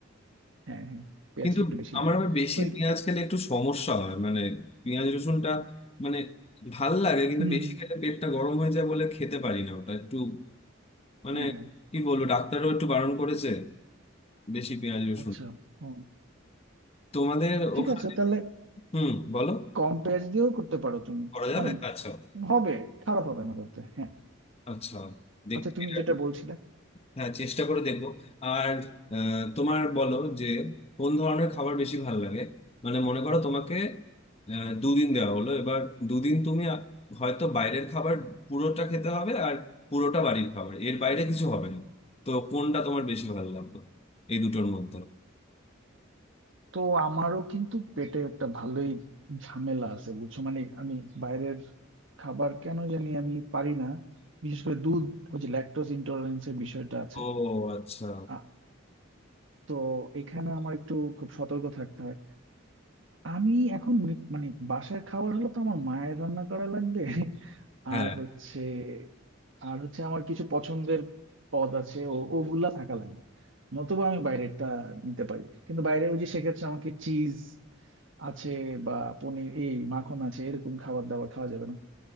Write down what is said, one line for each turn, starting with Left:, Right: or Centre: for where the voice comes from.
Right: হ্যাঁ হ্যাঁ পেঁয়াজটা
Left: কিন্তু
Right: একটু বেশি
Left: আমার
Right: লাগে
Left: আবার বেশি
Right: ওই
Left: পেঁয়াজ খেলে একটু সমস্যা হয় মানে পেঁয়াজ রসুনটা মানে ভাল লাগে কিন্তু
Right: হুম
Left: বেশি খেলে পেটটা গরম হয়ে যায় বলে খেতে পারি না ওটা একটু মানে
Right: হ্যাঁ
Left: কি বলবো ডাক্তারও একটু বারণ করেছে বেশি পেঁয়াজ রসুন
Right: আচ্ছা হুম
Left: তোমাদের
Right: ঠিক
Left: ওখানে
Right: আছে তাহলে
Left: হুম বলো
Right: কম পেঁয়াজ দিয়েও করতে পারো তুমি
Left: করা যাবে
Right: মানে
Left: আচ্ছা
Right: হবে খারাপ হবে না তাতে হ্যাঁ
Left: আচ্ছা দেখতে
Right: আচ্ছা তুমি
Left: এটা
Right: যেটা
Left: একবার-
Right: বলছিলে
Left: হ্যাঁ চেষ্টা করে দেখবো আর আহ, তোমার বলো যে কোন ধরনের খাবার বেশি ভালো লাগে মানে মনে করো তোমাকে আহ, দুদিন দেওয়া হলো এবার দুদিন তুমি আ- হয়তো বাইরের খাবার পুরোটা খেতে হবে আর পুরোটা বাড়ির খাবার এর বাইরে কিছু হবে না তো কোনটা তোমার বেশি ভালো লাগবে এই দুটোর মধ্যে
Right: তো আমারও কিন্তু পেটে একটা ভালোই ঝামেলা আছে বুঝছো মানে আমি বাইরের খাবার কেন জানি আমি পারি না বিশেষ করে দুধ ওই যে ল্যাকটোজ ইন্টলারেন্স এর বিষয়টা আছে
Left: ও আচ্ছা
Right: আ- তো এখানে আমার একটু খুব সতর্ক থাকতে হয় আমি এখন নি- মানে বাসার খাবার হলে তো আমার মায়ের রান্না করা লাগবে
Left: হ্যাঁ
Right: আর হচ্ছে আর হচ্ছে আমার কিছু পছন্দের পদ আছে ও ওগুলা থাকা লাগবে নতুবা আমি বাইরেরটা নিতে পারি কিন্তু বাইরে ওই যে সেক্ষেত্রে আমাকে চিজ আছে বা পনির এই মাখন আছে এরকম খাবার দাবার খাওয়া যাবে না